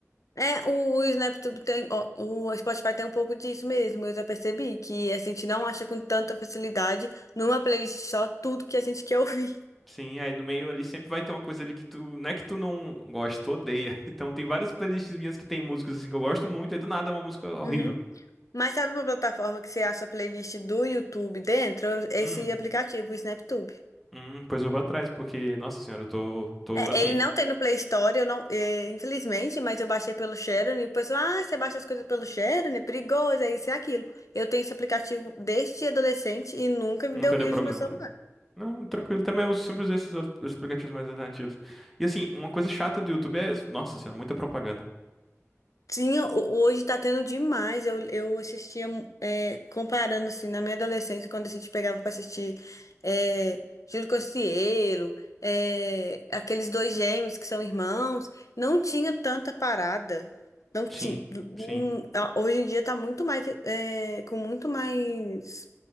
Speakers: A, on the left; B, in the centre.
A: É, o, o SnapTube tem, ó, o Spotify tem um pouco disso mesmo, eu já percebi, que a gente não acha com tanta facilidade numa playlist só tudo que a gente quer ouvir.
B: Sim, aí no meio ali sempre vai ter uma coisa ali que tu. Não é que tu não gosta, tu odeia. <laughs> Então tem várias playlists minhas que tem músicas assim que eu gosto muito, e do nada é uma música horrível.
A: Uhum. Mas sabe uma plataforma que você acha a playlist do YouTube dentro? Esse
B: Hum.
A: aplicativo, o SnapTube.
B: Hum, pois eu vou atrás, porque, nossa senhora, eu tô, tô,
A: É,
B: assim,
A: ele não tem no Play Store, eu não, é, infelizmente, mas eu baixei pelo Sharon e o pessoal, ah, você baixa as coisas pelo Sharon, é perigoso, é isso e aquilo. Eu tenho esse aplicativo desde adolescente e nunca me
B: nunca
A: deu vírus
B: deu problema,
A: no meu celular.
B: né? Não, tranquilo, também eu sempre usei esses os- os aplicativos mais alternativos. E assim, uma coisa chata do YouTube é, nossa senhora, muita propaganda.
A: Tinha, ho- hoje tá tendo demais. Eu, eu assistia, é, comparando assim, na minha adolescência, quando a gente pegava pra assistir é, Júlio Cocielo, é, aqueles dois gêmeos que são irmãos, não tinha tanta parada. Não
B: Sim,
A: tinha,
B: sim.
A: Hum, a- hoje em dia tá muito mais, é, com muito mais